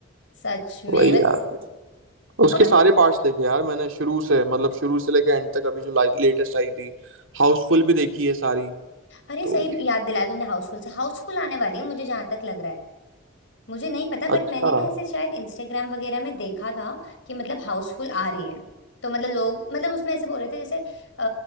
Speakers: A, on the left (about 65°); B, on the right (about 75°).
A: सच में
B: वही
A: मत
B: यार उसके
A: और
B: सारे
A: पता
B: पार्ट्स देखे यार मैंने शुरू से मतलब शुरू से लेके एंड तक अभी जो लेटेस्ट आई थी हाउसफुल भी देखी है सारी
A: अरे
B: तो
A: सही याद दिलाया तुमने हाउसफुल से हाउसफुल आने वाली है मुझे जहां तक लग रहा है मुझे नहीं पता बट
B: अच्छा
A: मैंने ना ऐसे शायद इंस्टाग्राम वगैरह में देखा था कि मतलब हाउसफुल आ रही है तो मतलब लोग मतलब उसमें ऐसे बोल रहे थे जैसे अ,